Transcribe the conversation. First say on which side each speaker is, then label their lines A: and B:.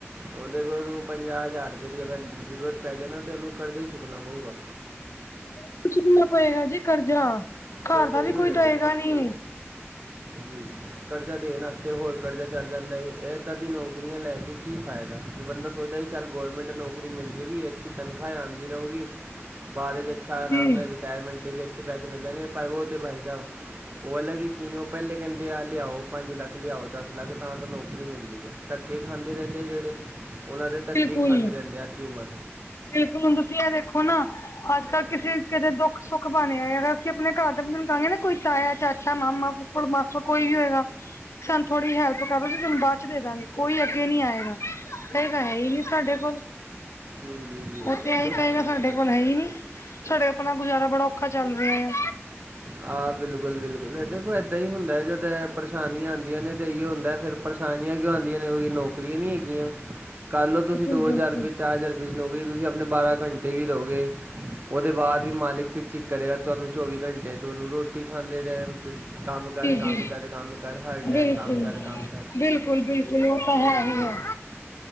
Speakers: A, on the right; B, on the left.
A: ਉਹਦੇ ਕੋਲ ਨੂੰ ਪੰਜਾਹ ਹਜ਼ਾਰ ਰੁਪਏ ਦੀ ਅਗਰ ਜ਼ਰੂਰਤ ਪੈ ਜਾਵੇ ਤੇ ਉਹ ਨੂੰ ਕਰਜ਼ਾ ਹੀ ਚੁੱਕਣਾ ਪਵੇਗਾ।
B: ਬਸ ਕੁਝ ਨਾ ਪਏਗਾ ਜੀ ਕਰਜ਼ਾ ਘਰ
A: ਕਰਜ਼ਾ
B: ਦਾ
A: ਹੀ
B: ਵੀ ਕੋਈ
A: ਹੋ ਜਾਊਗਾ
B: ਦਵੇਗਾ ਨੀ
A: ਜੀ ਕਰਜ਼ਾ ਦੇਣ ਵਾਸਤੇ ਹੋਰ ਕਰਜ਼ਾ ਚੜ੍ਹ ਜਾਂਦਾ ਹੈਏ ਇਏਦਾਂ ਦੀ ਨੌਕਰੀਆਂ ਲੈ ਕੇ ਕੀ ਫਾਇਦਾ ਫਿਰ ਬੰਦਾ ਸੋਚਦਾ ਸੀ। ਚੱਲ ਗੌਰਮੈਂਟ ਨੌਕਰੀ ਮਿਲ ਜਾਵੇਗੀ। ਅੱਛੀ ਤਨਖਾਹ ਆਂਦੀ ਰਹੂਗੀ ਬਾਅਦ ਚ' ਅੱਛਾ ਇਨਾਮ
B: ਜੀ
A: ਨਾਲ ਰਿਟਾਇਰਮੈਂਟ 'ਤੇ ਵੀ ਅੱਛੇ ਪੈਸੇ ਮਿਲਣਗੇ, ਪਰ ਉਹ ਤਾਂ ਬਾਈ ਸਾਬ ਉਹ ਅਲੱਗ ਹੀ ਸੀਨ ਪਹਿਲੇ ਕਹਿੰਦੇ, ਆ ਲਿਆਓ, ਪੰਜ ਲੱਖ ਲਿਆਓ, ਦੱਸ ਲੱਖ ਤਾਂ ਨੌਕਰੀ ਮਿਲਦੀ ਆ। ਧੱਕੇ ਖਾਂਦੇ ਰਹਿੰਦੇ ਆ ਜਿਹੜੇ, ਉਹਨਾਂ ਦੇ ਧੱਕੇ
B: ਬਿਲਕੁਲ
A: ਹੀ ਖਾਂਦੇ ਰਹਿੰਦੇ ਆ ਅੱਧੀ ਉਮਰ
B: ਬਿਲਕੁਲ ਹੁਣ ਤੁਸੀਂ ਇਹ ਦੇਖੋ ਨਾ ਅੱਜ ਕੱਲ੍ਹ ਕਿਸੇ ਕਿ ਦੇ ਦੁੱਖ ਸੁੱਖ ਬਣਿਆ ਆ ਗਾ ਅਸੀਂ ਆਪਣੇ ਘਰ ਚ ਬਾਨਾ, ਕੋਈ ਤਾਇਆ, ਚਾਚਾ, ਮਾਮਾ ਮਾਸਟਰ ਕੋਈ ਵੀ ਹੋਏਗਾ, ਸਾਨੂੰ ਥੋੜੀ ਹੈਲਪ ਕਰੋ ਥੋਨੂੰ ਬਾਅਦ 'ਚ ਦੇ ਦਾਂਗੇ ਕੋਈ ਅੱਗੇ ਨਹੀਂ ਆਏਗਾ ਹੈਗਾ ਕਹਿੰਦਾ ਹੈ ਹੀ ਨਹੀਂ ਸਾਡੇ ਕੋਲ
A: ਜੀ ਜੀ ਜੀ
B: ਉਹ ਤੇ ਐਹੀ
A: ਲੋਕ
B: ਕਹੇਗਾ ਸਾਡੇ ਕੋਲ ਹੈ ਹੀ ਨੀ, ਸਾਡੇ ਆਪਣਾ ਗੁਜਾਰਾ ਬੜਾ ਔਖਾ ਚੱਲ ਰਿਹਾ ਆ।
A: ਆਹ ਬਿਲਕੁਲ, ਬਿਲਕੁਲ ਦੇਖੋ ਏਦਾਂ ਹੀ ਹੁੰਦਾ। ਜਦ ਪਰੇਸ਼ਾਨੀਆਂ ਆਉਂਦੀਆਂ ਨੇ ਤੇ ਇਹੀ ਹੁੰਦਾ ਫੇਰ ਪਰੇਸ਼ਾਨੀਆਂ ਕਿਉਂ ਆਉਂਦੀਆਂ ਨੇ ਉਹੀ ਨੌਕਰੀਆਂ ਨੀ ਹੈਗੀਆਂ, ਕੱਲ ਤੁਸੀਂ
B: ਬਿਲਕੁਲ
A: ਦੋ
B: ਬਿਲਕੁਲ
A: ਹਜ਼ਾਰ ਰੁਪਏ, ਚਾਰ ਹਜ਼ਾਰ ਮਿਲੋਗੇ ਤੁਸੀਂ ਆਪਣੇ ਬਾਰਾਂ ਘੰਟੇ ਵੀ ਦਿਉਗੇ ਉਹਦੇ ਬਾਅਦ ਵੀ ਮਾਲਿਕ ਚਿਕ ਚਿਕ ਕਰੇਗਾ ਤੁਹਾਨੂੰ ਚੌਵੀ ਘੰਟੇਨੂੰ ਰੋਟੀ ਖਾਂਦੇ ਟਾਇਮ ਕੰਮ ਕਰ,
B: ਜੀ
A: ਕੰਮ
B: ਜੀ
A: ਕਰ, ਕੰਮ ਕਰ, ਹਰ ਟਾਈਮ
B: ਬਿਲਕੁਲ
A: ਕੰਮ ਕਰ ਕੰਮ ਕਰ
B: ਬਿਲਕੁਲ ਬਿਲਕੁਲ ਉਹ ਤਾਂ ਹੈ
A: ਬਿਲਕੁਲ
B: ਹੀ ਹੈ
A: <inaudible>